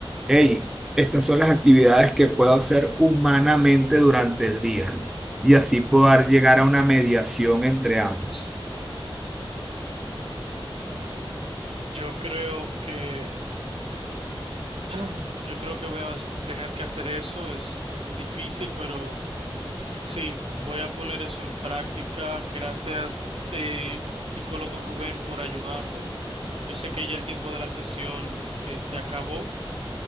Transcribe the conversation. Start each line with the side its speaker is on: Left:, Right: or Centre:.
Centre: hey, estas son las actividades que puedo hacer humanamente durante el día y así poder llegar a una mediación entre ambos.
Right: Yo creo que, ay, yo creo que voy a tener que hacer eso. Es difícil, pero... Sí, voy a poner eso en práctica. Gracias, eh, psicólogo Rubén, por ayudarme. Yo sé que ya el tiempo de la sesión eh, se acabó,